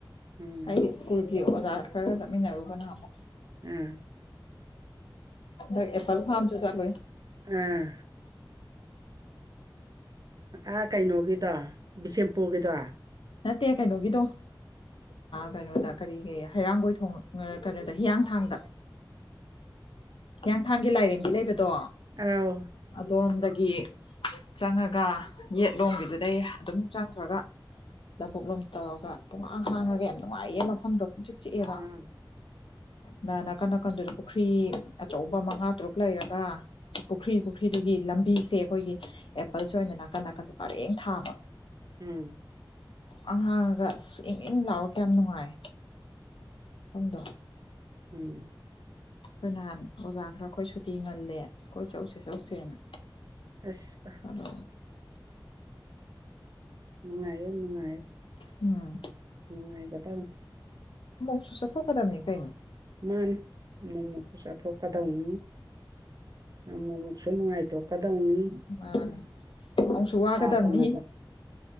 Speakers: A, on the right (about 50°); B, on the left (about 85°).
A: ꯎꯝ
B: ꯑꯩꯒꯤ ꯁ꯭ꯀꯨꯜꯒꯤ ꯑꯣꯖꯥ ꯈꯔꯒ ꯆꯠꯃꯤꯟꯅꯔꯨꯕꯅ ꯑꯃꯨꯛ
A: ꯎꯝ
B: ꯑꯦꯄꯄꯜ ꯐꯥꯝꯁꯨ ꯆꯂꯨ
A: ꯑꯥ ꯑ ꯀꯩꯅꯣꯒꯤꯗꯣ ꯕꯤꯁꯦꯝꯄꯨꯔꯒꯤꯗꯣ
B: ꯅꯠꯇꯦ ꯀꯩꯅꯣꯒꯤꯗꯣ ꯀꯩꯅꯣꯗ ꯀꯔꯤꯒꯤ ꯍꯩꯔꯥꯡꯒꯣꯏ ꯊꯣꯡ ꯀꯩꯅꯣꯗ ꯍꯤꯌꯥꯡꯊꯥꯡꯗ ꯍꯤꯌꯥꯡꯊꯥꯡꯒꯤ ꯂꯥꯏꯔꯦꯝꯕꯤ ꯂꯩꯕꯗꯣ
A: ꯑ
B: ꯑꯗꯔꯣꯝꯗꯒꯤ ꯆꯪꯉꯒ ꯌꯦꯠꯂꯣꯝꯒꯤꯗꯨꯗꯩ ꯑꯗꯨꯝ ꯆꯪꯈ꯭ꯔꯒ ꯂꯕꯨꯛ ꯂꯣꯝ ꯇꯧꯔꯒ ꯄꯨꯡꯍꯥꯡ ꯍꯥꯡꯉꯒ ꯌꯥꯝ ꯅꯨꯡꯉꯥꯏꯌꯦ ꯃꯐꯝꯗꯣ ꯄꯨꯡ ꯆꯤꯛ ꯆꯤꯛꯑꯦꯕ
A: ꯎꯝ
B: ꯅ ꯅꯥꯀꯟ ꯅꯥꯀꯟꯗꯨꯗ ꯄꯨꯈ꯭ꯔꯤ ꯑꯆꯧꯕ ꯃꯉꯥ ꯇꯔꯨꯛ ꯂꯩꯔꯒ ꯄꯨꯈ꯭ꯔꯤ ꯄꯨꯈ꯭ꯔꯤꯗꯨꯒꯤ ꯂꯝꯕꯤꯁꯦ ꯑꯩꯈꯣꯏꯒꯤ ꯑꯦꯄꯜꯁ ꯑꯣꯏꯅ ꯅꯥꯀꯟ ꯅꯥꯀꯟꯁꯦ ꯄꯔꯦꯡ ꯊꯥꯕ
A: ꯎꯝ
B: ꯑꯍꯥꯡꯉꯒ ꯑ ꯏꯪ ꯏꯟ ꯂꯥꯛꯑꯣ ꯀꯌꯥꯝ ꯅꯨꯡꯉꯥꯏ ꯁꯣꯝꯗꯣ
A: ꯎꯝ
B: ꯑꯩꯈꯣꯏ ꯅꯍꯥꯟ ꯑꯣꯖꯥ ꯈꯔ ꯑꯩꯈꯣꯏ ꯁꯨꯇꯤ ꯉꯜꯂꯦ ꯀꯣꯏ ꯆꯧꯁꯦ ꯆꯧꯁꯦꯅ
A: ꯑꯁꯄ
B: ꯑꯗꯣ
A: ꯎꯅꯨꯡꯉꯥꯏꯅꯨꯡꯉ
B: ꯎꯝ
A: ꯅꯨꯡꯉꯥꯏꯒꯗꯪ
B: ꯃꯧꯁꯨ ꯊꯧꯀꯥꯗꯝꯅꯤ ꯀꯥꯏꯅ
A: ꯃꯥꯅꯦ ꯃꯣꯃꯣ ꯄꯩꯁꯥ ꯊꯣꯛ ꯀꯗꯧꯅꯤ ꯑꯃꯨ ꯑꯃꯨꯛꯁꯨ ꯅꯨꯡꯉꯥꯏꯊꯣꯛꯀꯗꯧꯅꯤ
B: ꯃꯥꯅꯦ ꯑꯃꯨꯛꯁꯨ ꯋꯥꯒꯗꯝꯕꯅꯤ
A: ꯋꯥꯗꯅ